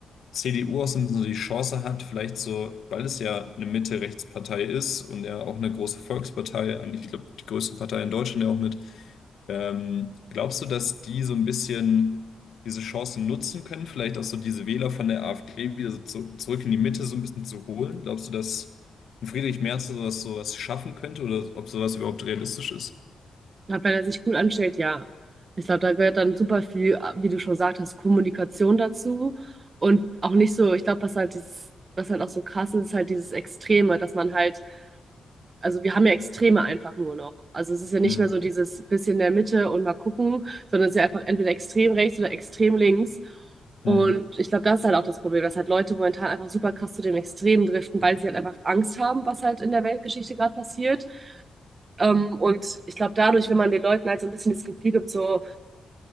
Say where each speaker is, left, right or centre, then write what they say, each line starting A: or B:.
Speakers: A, on the left; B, on the right.
A: CDU auch so ein bisschen so die Chance hat, vielleicht so, weil es ja eine Mitte-Rechts-Partei ist und ja auch eine große Volkspartei, eigentlich, ich glaube, die größte Partei in Deutschland ja auch mit. Ähm, glaubst du, dass die so ein bisschen diese Chancen nutzen können, vielleicht auch so diese Wähler von der AfD wieder so zu, zurück in die Mitte so ein bisschen zu holen? Glaubst du, dass ein Friedrich Merz sowas, sowas schaffen könnte oder ob sowas überhaupt realistisch ist?
B: Ja, wenn er sich gut anstellt, ja. Ich glaube, da gehört dann super viel, wie du schon gesagt hast, Kommunikation dazu. Und auch nicht so, ich glaube, was halt dieses, was halt auch so krass ist, ist halt dieses Extreme, dass man halt, also wir haben ja Extreme einfach nur noch. Also es ist ja nicht
A: Hm,
B: mehr so dieses bisschen in der Mitte und mal gucken, sondern es ist ja einfach entweder extrem rechts oder extrem links. Und
A: hm,
B: ich glaube, das ist halt auch das Problem, dass halt Leute momentan einfach super krass zu dem Extrem driften, weil sie halt einfach Angst haben, was halt in der Weltgeschichte gerade passiert ähm, und ich glaube, dadurch, wenn man den Leuten halt so ein bisschen das Gefühl gibt, so,